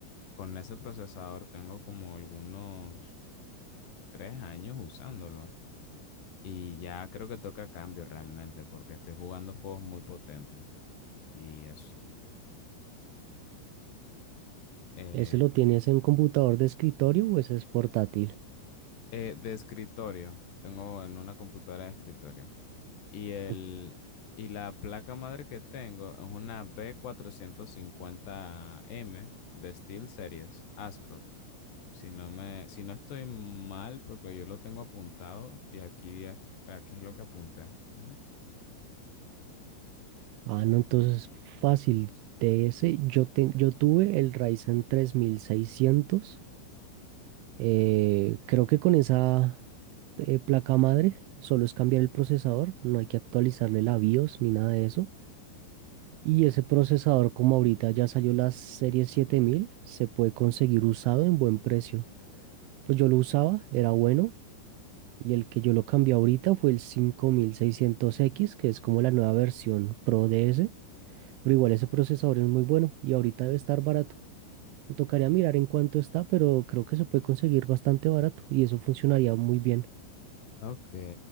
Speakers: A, on the left; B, on the right.
A: con ese procesador tengo como algunos tres años usándolo y ya creo que toca cambio realmente porque estoy jugando juegos muy potentes y eso. Eh,
B: ¿Ese lo tienes en computador de escritorio o ese es portátil?
A: eh, de escritorio, tengo en una computadora de escritorio y, el,
B: O-
A: y la placa madre que tengo es una b cuatrocientos cincuenta m de SteelSeries ASRock. Si no me, si no estoy mal, porque yo lo tengo apuntado y aquí es, aquí es lo que apunté. Ujú.
B: Ah, no, entonces fácil. De ese yo, te- yo tuve el Ryzen 3600. eh, creo que con esa eh, placa madre solo es cambiar el procesador, no hay que actualizarle la BIOS ni nada de eso. Y ese procesador, como ahorita ya salió la serie 7000, se puede conseguir usado en buen precio. Pues yo lo usaba, era bueno. Y el que yo lo cambié ahorita fue el cinco mil seiscientos x que es como la nueva versión Pro de ese. Pero igual ese procesador es muy bueno y ahorita debe estar barato. Me tocaría mirar en cuánto está, pero creo que se puede conseguir bastante barato y eso funcionaría muy bien.
A: Ok.